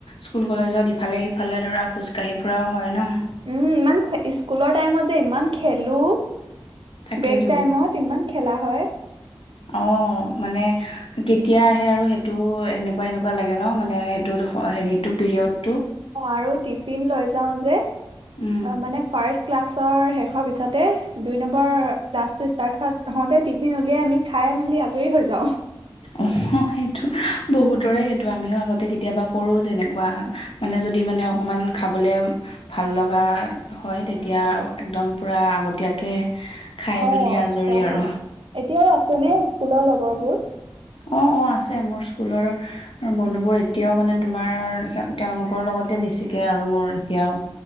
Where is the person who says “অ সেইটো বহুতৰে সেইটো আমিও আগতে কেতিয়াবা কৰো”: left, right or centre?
Left